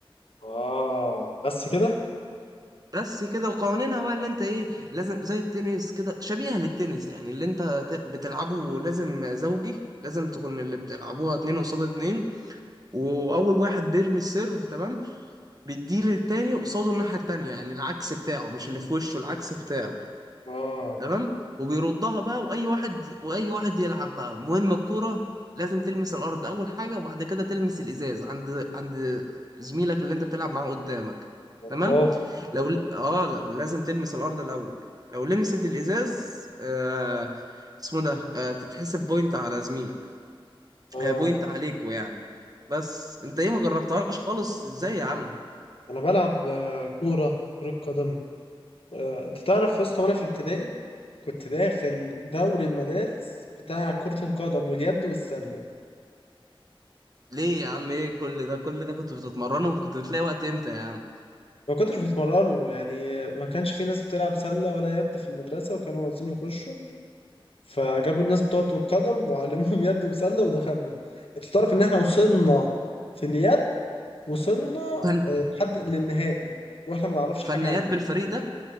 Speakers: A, on the left; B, on the right.
A: اه بس كده
B: بس كده وقوانينها بقى اللي انت ايه لازم زي التنس كده شبيهه للتنس يعني اللي انت ت- بتلعبه لازم زوجي لازم تكون اللي بتلعبوها اتنين قصاد اتنين واول واحد بيرمي السيرف تمام بيديه للتاني قصاده الناحيه التانيه يعني العكس بتاعه مش اللي في وشه العكس بتاعه
A: اه
B: تمام وبيردها بقى واي واحد واي واحد يلعب بقى المهم الكرة لازم تلمس الارض اول حاجة وبعد كده تلمس الازاز عند عند زميلك اللي انت بتلعب معاه قدامك
A: والله
B: تمام لو اه لا، لازم تلمس الارض الاول لو لمست الازاز آه... اسمه ده آه... تتحسب بوينت على زميلك
A: اه
B: آه... بوينت عليكوا يعني بس انت ايه ما جربتهاش خالص ازاي يا عم
A: انا بلعب آه، كوره كره قدم آه، انت تعرف يا اسطى وانا في ابتدائي كنت داخل دوري المدارس بتاع كرة القدم واليد والسلة
B: ليه يا عم ايه كل ده كل ده كنت بتتمرنه كنت بتلاقي وقت امتى يا عم
A: ما كنتش بتمرنه يعني ما كانش في ناس بتلعب سلة ولا يد في المدرسة وكانوا عاوزين يخشوا فجابوا الناس بتوع كرة القدم وعلموهم <laughs> يد وسلة ودخلنا انت تعرف ان احنا وصلنا في اليد وصلنا
B: فن...
A: آه، لحد للنهائي واحنا ما نعرفش
B: فنيات
A: حاجة عن اليد
B: بالفريق ده